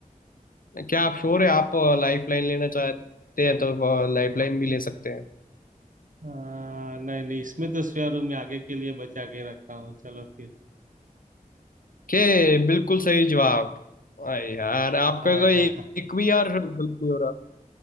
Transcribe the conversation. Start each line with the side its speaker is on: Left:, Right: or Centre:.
Left: क्या आप श्योर है आप लाइफ लाइन लेना चाहते हैं तो लाइफ लाइन भी ले सकते हैं
Right: अ, नहीं नहीं इसमें तो स्वेयर में आगे के लिए बचा के रखता हूँ चलो फिर
Left: के बिल्कुल सही जवाब अरे यार आपका
Right: हाँ
Left: तो एक
Right: हाँ हाँ
Left: एक भी यार गलत नहीं हो रहा